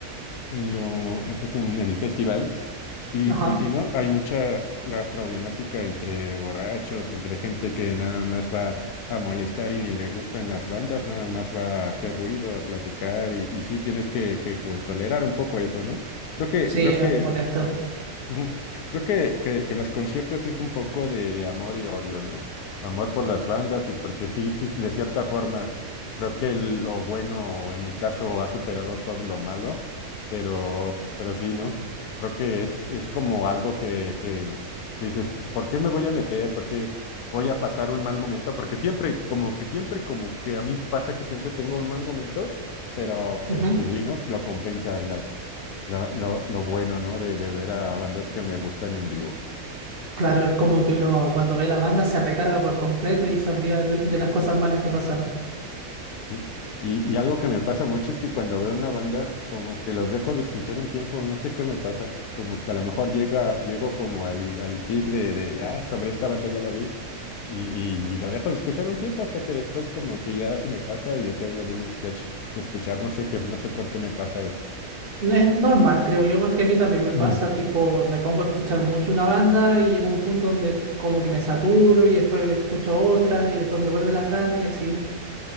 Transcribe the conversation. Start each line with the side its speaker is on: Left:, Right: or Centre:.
Left: en lo, eh, pues en el festival y
Right: Ajá.
Left: pues sí, ¿no? Hay mucha la problemática entre borrachos, entre gente que nada más va a molestar y ni le gustan las bandas, nada más va a hacer ruido, a platicar, y, y sí tienes que, que co- tolerar un poco eso, ¿no? Creo que,
Right: Sí,
Left: creo
Right: es
Left: que
Right: molesto.
Left: Ujú. Creo que, que, que los conciertos es un poco de, de amor y odio, ¿no? Amor por las bandas y porque sí, sí, sí, de cierta forma, creo que el- lo bueno, en mi caso, ha superado todo lo malo, pero, pero sí, ¿no? Creo que es, es como algo que, que, que dices, pues, ¿por qué me voy a meter? ¿Por qué voy a pasar un mal momento? Porque siempre, como que siempre, como que a mí pasa que siempre tengo un mal momento, pero, pero
Right: Ujú.
Left: pues sí, ¿no? Lo compensa lo, lo, lo bueno, ¿no? De, de ver a bandas que me gustan en vivo,
Right: Claro, es como que uno cuando ve la banda se recarga por completo y se olvida de, de las cosas malas que pasaron.
Left: ¿sí? Y, y algo que me pasa mucho es que cuando veo una banda, como que los dejo de escuchar un tiempo, no sé qué me pasa, como que a lo mejor llega, llego como al, al peak de, de, ah, sobre esta banda ya la vi, y, y, y lo dejo de escuchar un tiempo hasta que después como que ya se me pasa y otra vez lo vuelvo a buscar- escuchar, no sé qué, no sé por qué me pasa eso.
Right: Es normal, creo yo, porque a mí también
Left: Mm.
Right: me pasa, tipo, me pongo a escuchar mucho una banda y llega un punto donde como que me saturo y después escucho otra y después me vuelven las ganas y así.